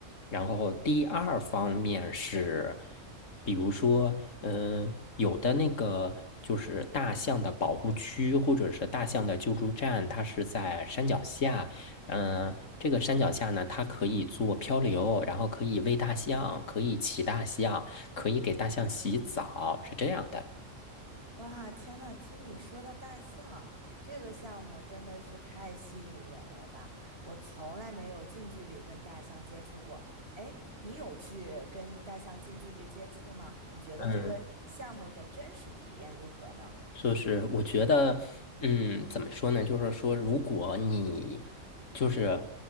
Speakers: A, on the left; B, on the right.
A: 然后第二方面是，比如说，嗯、有的那个就是大象的保护区或者是大象的救助站，它是在山脚下。嗯，呃这个山脚下呢，它可以做漂流，然后可以喂大象，可以骑大象，可以给大象洗澡，是这样的。
B: 哇，天呐，听你说到大象这个项目真的是太吸引人了吧！我从来没有近距离跟大象接触过。哎，你有去跟大象近距离接触吗？你觉得这个项目的真实体验如何呢？
A: 嗯。就是我觉得，嗯，怎么说呢？就是说，如果你就是